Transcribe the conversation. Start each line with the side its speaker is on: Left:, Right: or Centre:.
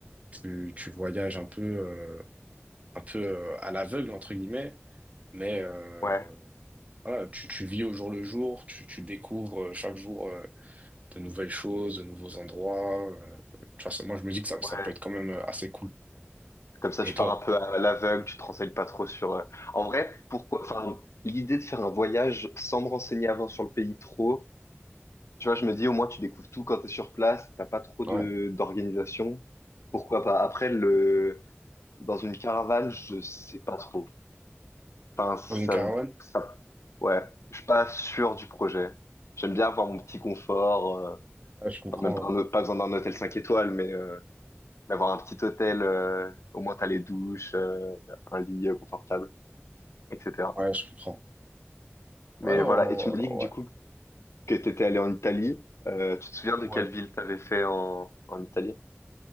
Right: tu, tu voyages un peu, euh, un peu euh, à l'aveugle, entre guillemets, mais euh,
Left: Ouais,
Right: voilà, tu, tu vis au jour le jour, tu, tu découvres euh, chaque jour euh, de nouvelles choses, de nouveaux endroits. euh, tu vois, ça- moi, je me dis que ça,
Left: ouais.
Right: ça peut être quand même euh, assez cool.
Left: Comme ça,
Right: Et
Left: tu
Right: toi?
Left: pars un peu à l'aveugle, tu te renseignes pas trop sur. euh, En vrai, pourquoi? Enfin, l'idée de faire un voyage sans me renseigner avant sur le pays trop, tu vois, je me dis au moins tu découvres tout quand t'es sur place, t'as pas trop de
Right: Ouais.
Left: d'organisation. Pourquoi pas? Après, le dans une caravane, je sais pas trop. Enfin, ça,
Right: Dans une caravane?
Left: ça, ouais, je suis pas sûr du projet. J'aime bien avoir mon petit confort, euh,
Right: Ouais, je comprends.
Left: enfin, même pas,
Right: Ouais,
Left: pas besoin d'un hôtel 5 étoiles, mais euh, d'avoir un petit hôtel, euh, au moins t'as les douches, euh, un lit euh, confortable. etc.
Right: Ouais, je comprends.
Left: Mais
Right: Alors,
Left: voilà, et tu me dis que
Right: ouais.
Left: du coup que tu étais allé en Italie. Euh, tu te souviens de
Right: Ouais,
Left: quelle ville t'avais fait en, en Italie?